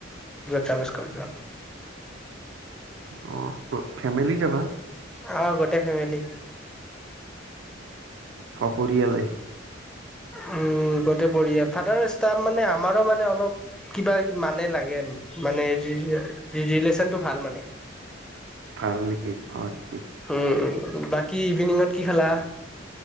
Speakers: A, in the centre; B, on the right.
A: চলিছ ক <unintelligible>
B: অ ফেমিলি যাবা।
A: অ' গোটেই ফোমিলি।
B: সপৰিয়ালে।
A: উম গোটেই পৰিয়াল, ফাদাৰ ষ্টাফ মানে আমাৰো মানে অলপ কিবা মানে লাগে মানে ৰিলেচনটো ভাল মানে।
B: প <unintelligible>
A: উম', উ', বাকী ইভিনিঙত কি খালা?